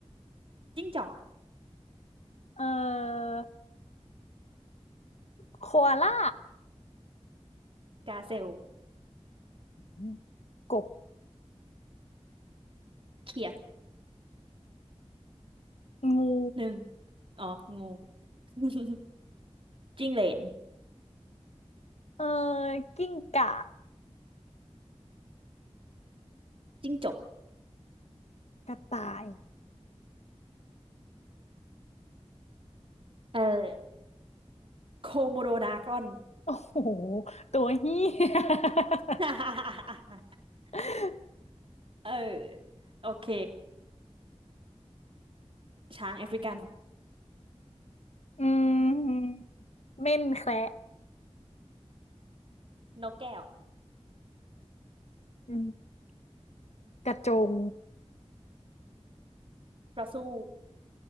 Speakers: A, on the right; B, on the left.
A: จิ้งจอก
B: เอ่อโคอาล่า
A: กาเซล
B: อืมกบ
A: เขียด
B: งู
A: หนึ่ง อ๋อ งู <laughs> จิ้งเหลน
B: เอ่อกิ้งก่า
A: จิ้งจก
B: กระต่าย
A: เออโคโมโดดากรอน
B: โอ้โห ตัวเหี้ย
A: <laughs>
B: <laughs>
A: เออ โอเค ช้างแอฟริกัน
B: อืมเม่นแคระ
A: นกแก้ว
B: อืมกระจง
A: กระสู้